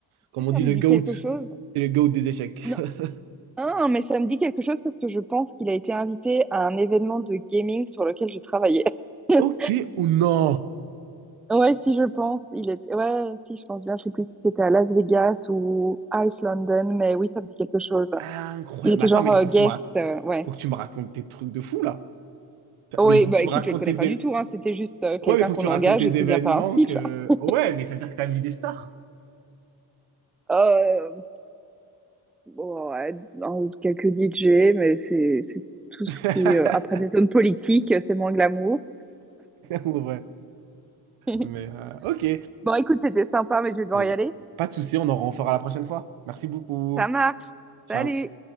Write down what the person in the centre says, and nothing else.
Tu sais,
ça
me
dit
quelque chose.
Non,
ah, mais ça me dit quelque chose parce que je pense qu'il a été invité à un événement de gaming sur lequel j'ai travaillé. <laughs>
Ouais, si je pense, il est... Ouais, si je pense bien, je sais plus si c'était à Las Vegas ou Ice London, mais oui, ça me dit quelque chose.
Il était
genre
euh,
guest,
euh, ouais.
Oui,
bah
écoute,
je le connais
pas
du tout, hein. C'était juste euh, quelqu'un
qu'on
engage
et qui
vient faire un speech.
<laughs>
Euh, Bon, ouais, un- quelques DJ, mais c'est c'est tout
ce qui... euh, après des zones politiques, c'est moins glamour.
<laughs>
Bon, écoute, c'était sympa, mais je vais devoir
y aller.
Ça marche.
Salut!